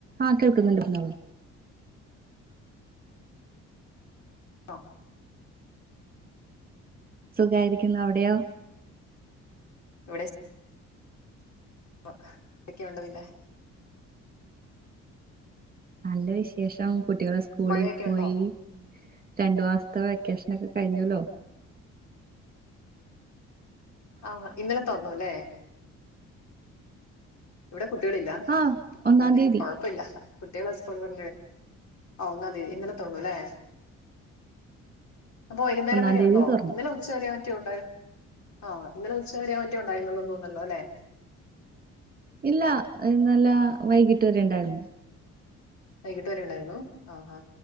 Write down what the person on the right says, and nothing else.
ആഹ് കേൾക്കുന്നുണ്ട് പറഞ്ഞോളൂ
സുഖായിരിക്കുന്നു അവിടെയോ
നല്ല വിശേഷം കുട്ടികള് സ്കൂളിൽ
പോയി
രണ്ടു മാസ്ത്തെ വെക്കേഷനൊക്കെ കഴിഞ്ഞൂല്ലോ
ആഹ്
ഒന്നാം
തീയതി
ഒന്നാം
തീയതി
തുറന്നു
ഇല്ലാ ഇന്നലാ വൈകിട്ട് വരെണ്ടായിരുന്നു